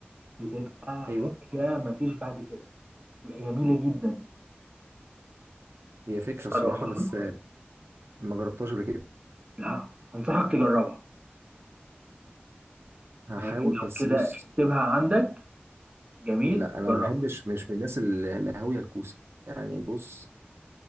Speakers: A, on the right; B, on the right.
A: بتبقى
B: ايوه
A: حاجة مفيش بعد كده بتبقى جميلة جدا
B: هي فكره الصراحه
A: جربتها؟
B: بس آه، ما جربتهاش قبل كده
A: لا أنصحك تجربها
B: هحاول
A: يعني لو
B: بس بص
A: كده اكتبها عندك جميل
B: لا
A: وجربها
B: انا ما بحبش مش من الناس ال- القهاويه الكوسه يعني بص